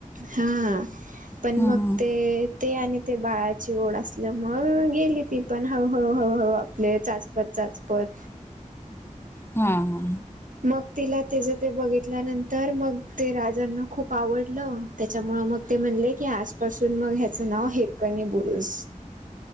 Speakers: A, on the right; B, on the left.
A: हा पण
B: हम्म
A: मग ते ते आणि ते बाळाची ओढ असल्या मुळं गेली ती पण हळूळू हळूहळू आपले चाचपत चाचपत
B: हा हा
A: मग तिला तिचं ते बघितल्यानंतर मग ते राजांना खूप आवडलं त्याच्यामुळं मग ते म्हणले की आज पासून मग ह्याचं नाव हिरकणी बुरुस